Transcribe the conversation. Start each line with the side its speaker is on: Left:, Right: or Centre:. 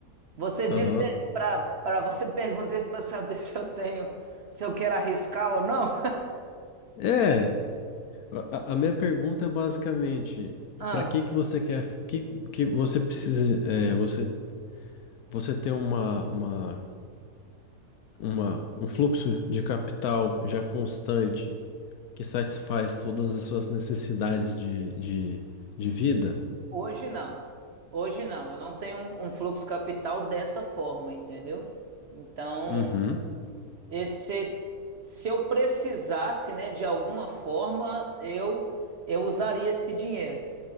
Right: Você
Left: Aham.
Right: disse para para você <laughs> perguntar isso para saber <laughs> se eu tenho, se eu quero arriscar ou não?
Left: É, a, a minha pergunta é basicamente,
Right: Ah,
Left: para que que você quer que, que você precisa é, você você ter uma, uma uma um fluxo de capital já constante que satisfaz todas as suas necessidades de, de, de vida.
Right: hoje não. Hoje não. Eu não tenho um, um fluxo capital dessa forma, entendeu? Então
Left: Uhum.
Right: E se, se eu precisasse, né, de alguma forma, eu eu usaria esse dinheiro.